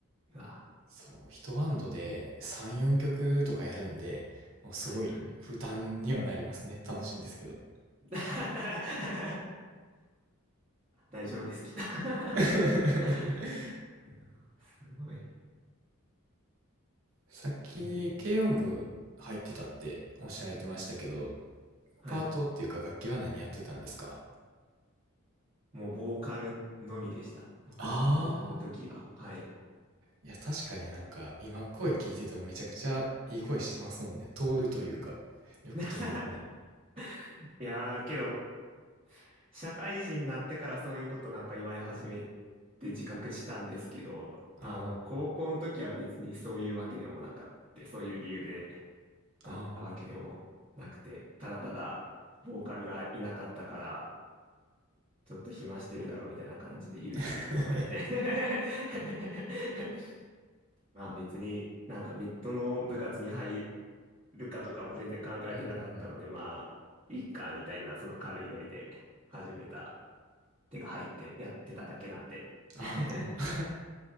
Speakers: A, on the right; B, on the right.
A: うわ、
B: そう、一バンドで3、4曲とかやるんで、もうすごい負担にはなりますね。
A: はいはい。
B: 楽しいんですけど。
A: <laughs> 大丈夫です、きっと
B: <laughs>
A: <laughs> うわすごい。
B: さっき軽音部入ってたっておっしゃられてましたけど、
A: うん。はい。
B: パートっていうか楽器は何やってたんですか
A: もう、ボーカルのみでした。僕、
B: あ
A: 高校の時は。はい。
B: いや、確かになんか、今声聞いててもめちゃくちゃいい声してますもんね。通るというか。よく通る声。
A: <laughs> いやー、けど、社会人になってからそういうことなんか言われ始めて自覚したんですけど、あの、
B: あ
A: 高校の時は別にそういうわけでもなかって、そういう理由でなったわけでもなくて、
B: あ、ああ。
A: ただただボーカルがいなかったから、ちょっと暇してるだろうみたいな感じで友人に誘われて
B: <laughs>
A: <laughs> まあ別になんか別途の部活に入るかとかも全然考えてなかったので、
B: うんうんうん。
A: <laughs> まあ、いっかみたいなその軽いノリで始めた手が入ってやってただけなんで。
B: ああ。
A: <laughs>